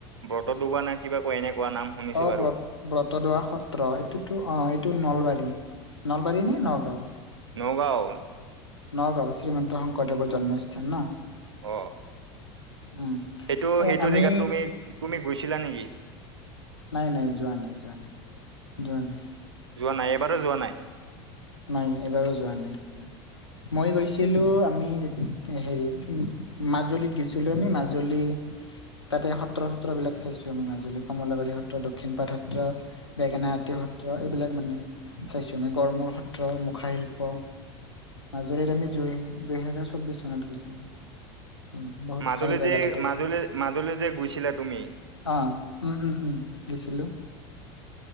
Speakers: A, on the right; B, on the left.
A: ব্ৰত দোবা না কিবা কয় এনেকুৱা নাম শুনিছো
B: অ
A: বাৰু
B: ব্ৰত ব্ৰতদোৱা সত্ৰ এইটোতো অঁ এইটো নলবাৰী। নলবাৰী নে নগাঁও
A: নগাঁও
B: নগাঁৱ, শ্ৰীমন্ত শংকৰদেৱৰ জন্মস্থান ন?
A: অ,
B: উম
A: সেইটো
B: এ
A: সেইটো
B: আমি
A: জেগাত তুমি তুমি গৈছিলা নেকি?
B: নাই নাই যোৱা নাই, যোৱা নাই, যোৱা নাই
A: যোৱা নাই, এবাৰো যোৱা নাই?
B: নাই, যোৱা নাই। মই গৈছিলোঁ আমি যে হেৰিত মাজুলীত গৈছিলোঁ আমি, মাজুলী তাতে সত্ৰ সত্ৰবিলাক চাইছিলোঁ। উম মাজুলী, কমলাবৰী সত্ৰ, দক্ষিণ পাট সত্ৰ, বেঙেনাআটী সত ত্ৰ এইবিলাক মানে চাইছোঁ আমি গড়মূৰ সত্ৰ, মুখাশিল্প মাজুলীত আমি জুই দুহেজাৰ চৌববিশ চনত গৈছিলো। উম বহুত
A: মাজুলী
B: ভাল জেগা
A: যে
B: তাতে আছে
A: মাজুলী মাজুলী যে গৈছিলা তুমি
B: অ উম উম উম গৈছিলোঁ